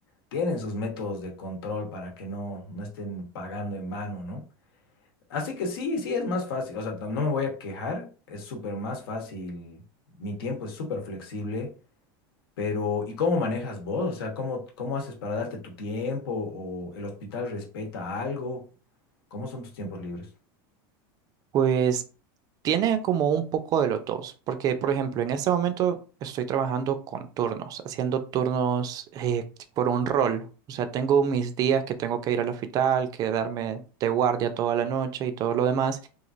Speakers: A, on the left; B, on the right.
A: tienen sus métodos de control para que no, no estén pagando en vano, ¿no? Así que sí, sí es más fácil, o sea, tam- no me voy a quejar, es súper más fácil, mi tiempo es súper flexible, pero ¿y cómo manejas vos? O sea, ¿cómo, cómo haces para darte tu tiempo o el hospital respeta algo? ¿Cómo son tus tiempos libres?
B: Pues Tiene como un poco de los dos, porque por ejemplo, en este momento estoy trabajando con turnos, haciendo turnos eh, por un rol. O sea, tengo mis días que tengo que ir al hospital, quedarme de guardia toda la noche y todo lo demás